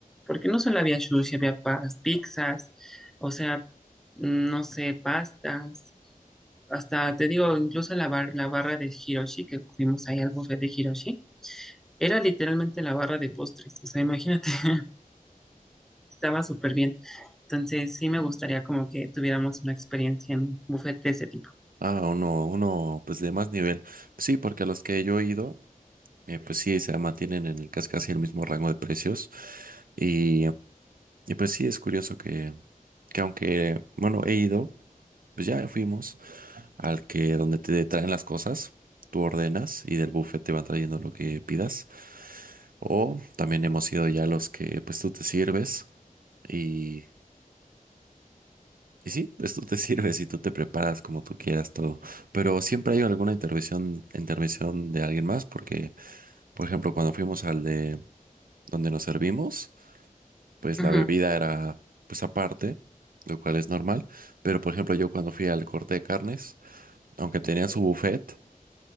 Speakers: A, in the centre; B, on the right (about 75°).
A: Porque no solo había sushi, había pas- pizzas, o sea, mm, no sé, pastas, hasta te digo, incluso la, bar- la barra de Hiroshi, que fuimos ahí al buffet de Hiroshi, era literalmente la barra de postres, o sea, imagínate, <laughs> estaba súper bien. Entonces sí me gustaría como que tuviéramos una experiencia en un buffet de ese tipo.
B: Ah, uno, uno, pues de más nivel. Sí, porque a los que yo he ido, eh, pues sí, se mantienen en el casi casi el mismo rango de precios. Y, y pues sí, es curioso que, que aunque, bueno, he ido, pues ya fuimos. al que donde te traen las cosas, tú ordenas y del buffet te van trayendo lo que pidas. O también hemos ido ya a los que pues tú te sirves y, y sí, pues tú te <laughs> sirves y tú te preparas como tú quieras todo. Pero siempre hay alguna intervención, intervención de alguien más porque, por ejemplo, cuando fuimos al de donde nos servimos, pues
A: Ujú.
B: la bebida era pues aparte, lo cual es normal. Pero, por ejemplo, yo cuando fui al corte de carnes, aunque tenían su buffet,